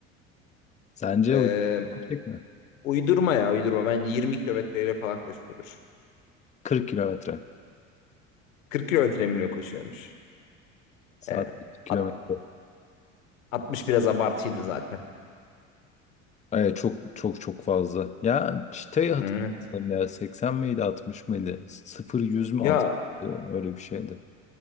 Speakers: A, on the left; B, on the left.
A: Sence
B: Ee,
A: bu gerçek mi?
B: uydurma ya uydurma bence 20 kilometreyle falan koşuyordur.
A: 40 kilometre.
B: 40 kilometre mi ne koşuyormuş?
A: Saat
B: Ee,
A: 40 kilometre.
B: alt- 60 biraz abartıydı zaten.
A: Ay, çok çok çok fazla. Ya çıtayı hatırladım
B: Evet.
A: ya. 80 miydi 60 mıydı? 0 100 mü
B: Ya
A: 60 Öyle bir şeydi.